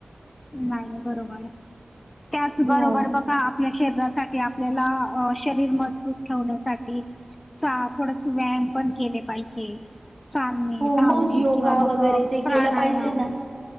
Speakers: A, on the left; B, on the right.
A: नाही बरोबर त्याच
B: अ
A: बरोबर बघा आपल्या शरीरासाठी आपल्याला शरीर मजबूत ठेवण्यासाठी चा थोडसे व्यायाम पण केले पाहिजे चालणे
B: हो
A: धावणे
B: मग योगा
A: किंवा मग
B: वगैरे ते
A: प्राणायाम
B: केलं पाहिजे ना